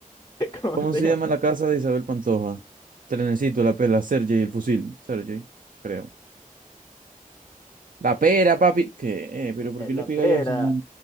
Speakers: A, on the left (about 20°); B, on the right (about 65°).
A: ¿Cómo
B: ¿Cómo
A: se
B: se
A: llama?
B: llama la casa de Isabel Pantoja? Trenecito, la pela, Sergey, el fusil. Sergey, creo. La pera, papi. ¿Qué? ¿Pero por
A: Eh,
B: qué
A: La
B: le pegáis
A: pera.
B: así?